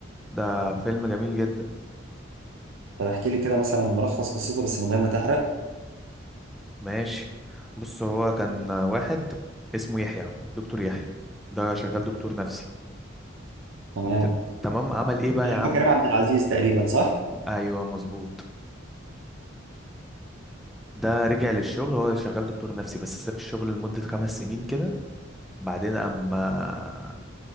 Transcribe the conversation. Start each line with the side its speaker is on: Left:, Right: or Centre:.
Centre: ده فيلم جميل جدا
Right: طب احكي لي كده مثلا ملخص قصته بس من غير ما تحرق
Centre: ماشي بص هو كان واحد اسمه يحيى دكتور يحيى ده شغال دكتور نفسي
Right: تمام
Centre: ت- تمام عمل ايه بقى
Right: فيلم
Centre: يا عم
Right: كريم عبد العزيز تقريبا صح
Centre: ايوه مظبوط ده رجع للشغل هو شغال دكتور نفسي بس ساب الشغل لمدة خمس سنين كده بعدين اما